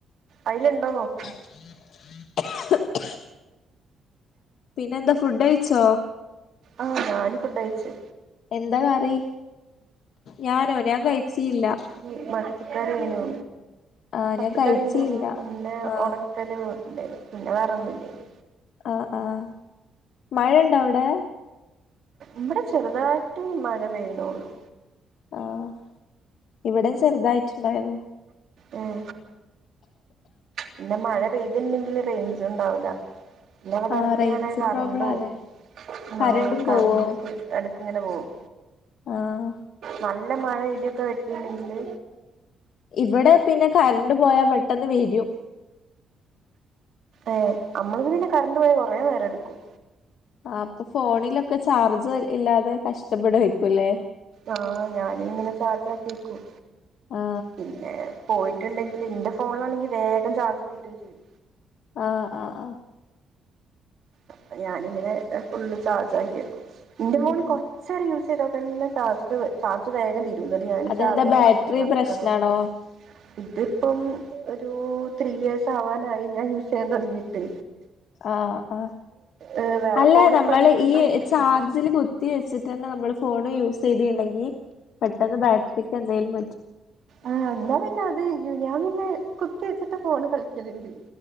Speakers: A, on the right; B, on the left.
A: അയില് ണ്ടോ നോക്ക്
B: <inaudible> പിന്നെ ന്താ ഫുഡ് കെയ്ച്ചോ
A: ആഹ് ഞാന് ഫുഡ് കെയ്ച്ചു
B: എന്താ കറി ഞാനോ ഞാൻ കയിച്ചില്ല
A: ഈ മത്തികറി ആയിനു
B: ആഹ്
A: മത്തിക്കറി
B: ഞാൻ കഴിച്ചില്ല
A: ഉണ്ടേനു പിന്നെ
B: ആഹ്
A: ഒണക്കല് ണ്ടേനു പിന്നെ വേറെ ഒന്നും ഇല്ലേനു
B: ആഹ് ആഹ് മഴയുണ്ടോ അവടെ
A: ഇവടെ ചെറുതായിട്ട് മഴ പെയ്യുണോള്ളൂ
B: ആഹ് ഇവടേം ചെറുതായിട്ടുണ്ടായിരുന്നു
A: ഉം പിന്നെ മഴ പെയ്തിണ്ടെങ്കില് റേയ്ഞ്ച് ഒണ്ടാവില്ല പിന്ന വടെ
B: ആഹ്
A: എടക്ക്
B: റേഞ്ച്
A: ങ്ങനെ കറണ്ട്
B: പ്രോബ്ലാല്ലേ
A: പോവും
B: കരണ്ടും
A: ആഹ് കറണ്ട്
B: പോവോ
A: എടക്ക് ങ്ങനെ പോവും
B: ആഹ്
A: നല്ല മഴ ഇടിയോക്കെ വെട്ടുണ്ടെങ്കില്
B: ഇവടെ പിന്നെ കറണ്ട് പോയാ പെട്ടെന്ന് വെരും
A: ഏഹ് അമ്മളതു പിന്നെ കറണ്ട് പോയാ കൊറേ നേരട്ക്കും
B: ആ അപ്പൊ ഫോണിലൊക്കെ ചാർജ് ഇല്ലാതെ കഷ്ടപ്പെടുകയായ്ക്കൂല്ലേ
A: ആ ഞാനിങ്ങനെ ചാർജാക്കിവെക്കും.
B: ആ
A: പിന്നെ പോയിട്ടുണ്ടെങ്കില് എന്റെ ഫോണിലാണെങ്കി വേഗം ചാർജ് തീരുംചെയ്യും.
B: ആ ആ ആ
A: അപ്പൊ ഞാനിങ്ങനെ ഫുള്ള് ചാർജാക്കി വെക്കും എന്റെ ഫോൺ
B: ഉം
A: കൊ റച്ചേരം യൂസ്ചെയ്താതന്നെ ചാർജ് വേ ചാർജ് വേഗംതീരും എന്നിട്ട് ഞാന്
B: അതെന്താ
A: ചാർജറുകൊണ്ടിങ്ങനെ
B: ബാറ്ററി
A: നടക്കണം
B: പ്രശ്നാണോ
A: ഇതിപ്പം ഒരു ത്രീ ഇയേഴ്സ് ആവാനായി ഞാൻ യൂസ് ചെയ്യാൻ തൊടങ്ങിയിട്ട്
B: ആ ആ
A: ഏഹ് വേറെ
B: അല്ലാ
A: ഫോൺ ഇപ്പ
B: നമ്മള്
A: എടുക്കണ്ട
B: ഈചാർജ്
A: വെച്ചിട്ട്
B: ജിൽ കുത്തിവെച്ചിട്ടുതന്നെ നമ്മള് ഫോൺ യൂസ് ചെയ്തിട്ടുണ്ടെങ്കി പെട്ടെന്ന് ബാറ്ററിക്ക് എന്തേലും പറ്റൊ
A: ആ എന്താപിന്നെ അത് ഞാൻ പിന്നെ കുത്തിവെച്ചിട്ട് ഫോണ് കളിക്കലൊണ്ട്